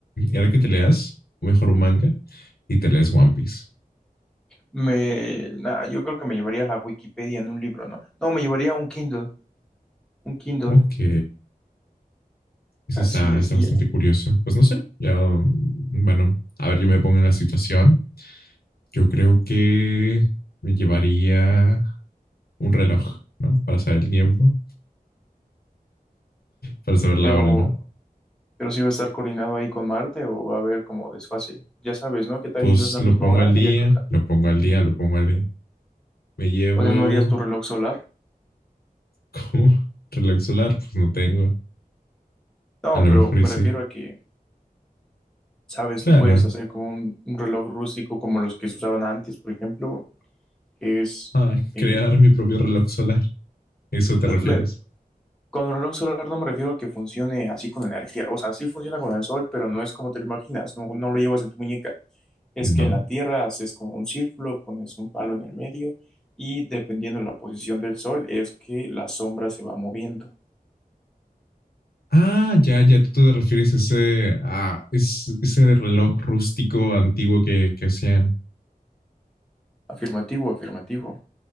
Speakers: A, on the left; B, in the centre.
A: ahora que te leas, mejor un manga y te lees One Piece.
B: Me, nada, yo creo que me llevaría la Wikipedia en un libro, ¿no? No, me llevaría un Kindle, un Kindle,
A: Ok, eso
B: así
A: está,
B: es,
A: está
B: y
A: bastante
B: ya.
A: curioso. Pues no sé, ya, mm, bueno, a ver, yo me pongo en la situación Yo creo que me llevaría un reloj, ¿no? Para saber el tiempo, para saber la
B: Pero
A: hora, ¿no?
B: Pero si va a estar coordinado ahí con Marte o va a haber como desfase. Ya sabes, ¿no? ¿Qué tal
A: Pues
B: y no es la
A: lo
B: misma
A: pongo
B: hora
A: al día,
B: allá que acá?
A: lo pongo al día, lo pongo al día. Me llevo
B: O sea, ¿no harías tu reloj solar?
A: como <laughs> reloj solar, pues no tengo.
B: No,
A: A lo
B: pero
A: mejor
B: me
A: y sí.
B: refiero a que, sabes,
A: Claro.
B: tú puedes hacer como un, un reloj rústico como los que se usaban antes, por ejemplo, que es...
A: Ah,
B: eh,
A: crear mi propio reloj solar. ¿Eso
B: no-
A: te refieres?
B: me- con el reloj solar no me refiero a que funcione así con energía. O sea, sí funciona con el sol, pero no es como te lo imaginas, no, no lo llevas en tu muñeca. es
A: No.
B: que en la Tierra haces como un círculo, pones un palo en el medio y dependiendo de la posición del sol es que la sombra se va moviendo.
A: Ah, ya, ya, tú te refieres a ese, a ese, ese reloj rústico antiguo que, que hacían.
B: Afirmativo, afirmativo.